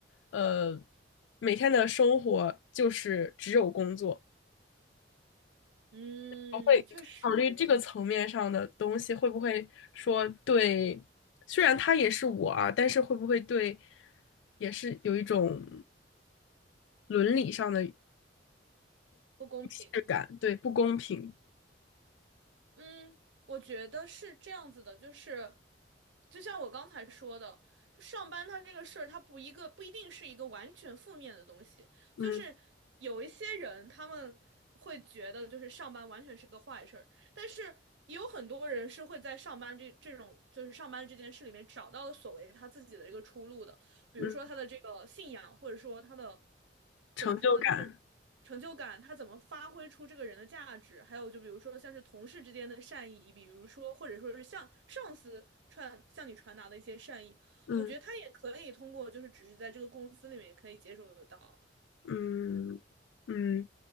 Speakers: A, on the left; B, on the right.
A: 呃，每天的生活就是只有工作。
B: 嗯，
A: 我会考虑这个层面上的东西，
B: 确实
A: 会不会说对，虽然他也是我啊，但是会不会对，也是有一种伦理上的
B: 不公平。
A: 质感，对，不公平，
B: 嗯，我觉得是这样子的，就是，就像我刚才说的，就上班它这个事儿，它不一个不一定是一个完全负面的东西，
A: 嗯
B: 就是有一些人他们会觉得就是上班完全是个坏事儿，但是也有很多人是会在上班这这种就是上班这件事里面找到了所谓他自己的一个出路的，比如说他的这个信仰，
A: 嗯，
B: 或者说他的
A: 成就感，
B: 怎么说呢，就是成就感，他怎么发挥出这个人的价值，还有就比如说像是同事之间的善意，比如说或者说是向上司传向你传达的一些善意，
A: 嗯
B: 我觉得他也可以通过就是只是在这个公司里面也可以接受得到。
A: 嗯嗯，